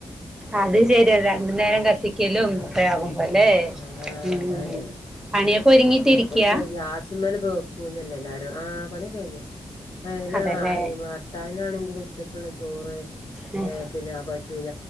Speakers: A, in the centre; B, on the left.
A: അത് ശരിയാ, രണ്ടു നേരം കത്തിക്കലും
B: ആഹ്
A: ഒക്കെ ആകും. ല്ലെ
B: ആഹ്
A: ഉം
B: അതാണ്
A: പണിയൊക്കെ ഒരുങ്ങിട്ട് ഇരിക്കയാ?
B: ഇപ്പളിപ്പോ <unintelligible> എല്ലാരും ആ പണിയൊക്കെ കഴിഞ്ഞു. പ്പവ ന്
A: അതല്ലേ
B: ആയി ഭർത്താവിനാണെങ്കില് ഉച്ചക്കുള്ള ചോറ്,
A: ഉം,
B: ഏ പിന്നെ ആ പറ്റൂല